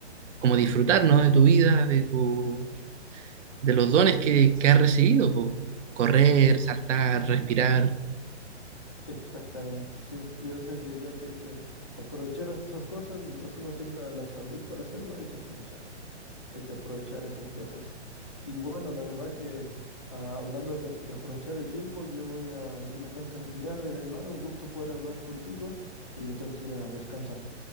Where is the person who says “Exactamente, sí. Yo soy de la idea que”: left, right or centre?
Left